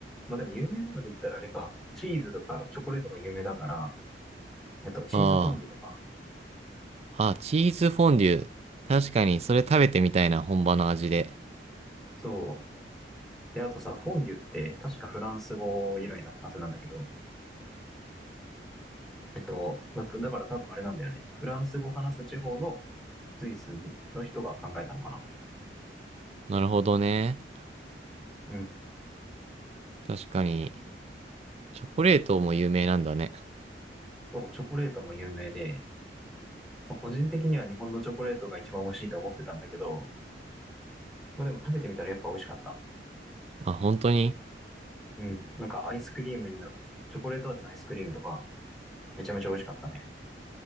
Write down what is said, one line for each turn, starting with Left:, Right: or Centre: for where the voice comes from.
Centre: まあでも有名なので言ったらあれか、チーズとかチョコレートが有名だから、えっと、チーズフォンデュとか。
Right: ああ。あチーズフォンデュ。確かに、それ食べてみたいな、本場の味で。
Centre: そう。で、あとさ、フォンデュって確かフランス語由来だったはずなんだけど、えっと、まあ、だから多分あれなんだよね。フランス語話す地方のスイスの人が考えたのかな。
Right: なるほどね。
Centre: うん。
Right: 確かに、チョコレートも有名なんだね。
Centre: そう、チョコレートも有名で、まあ個人的には日本のチョコレートが一番美味しいと思ってたんだけど、まあでも食べてみたらやっぱ美味しかった。
Right: あ、本当に
Centre: うん。なんかアイスクリームにな、チョコレート味のアイスクリームとか、めちゃめちゃ美味しかったね。